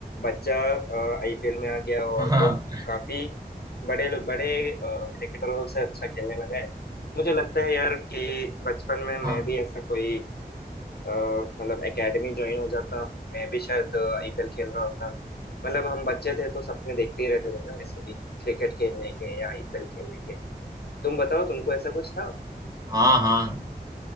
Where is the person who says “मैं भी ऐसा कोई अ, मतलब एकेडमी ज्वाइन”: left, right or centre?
Left